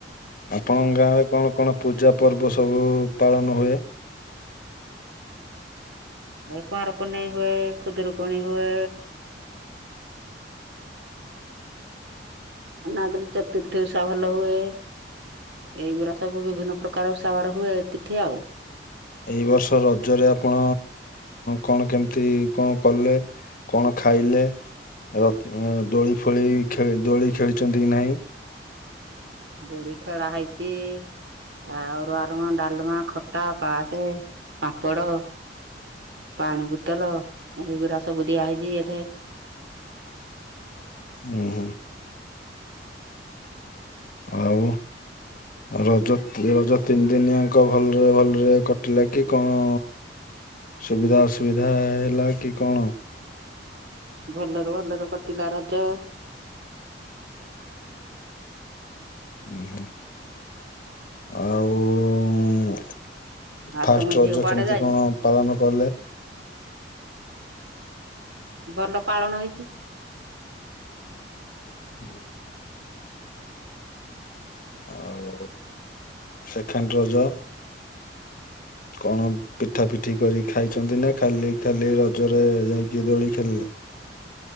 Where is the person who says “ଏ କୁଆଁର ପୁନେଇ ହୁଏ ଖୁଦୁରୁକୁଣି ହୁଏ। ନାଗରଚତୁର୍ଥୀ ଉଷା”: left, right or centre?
Right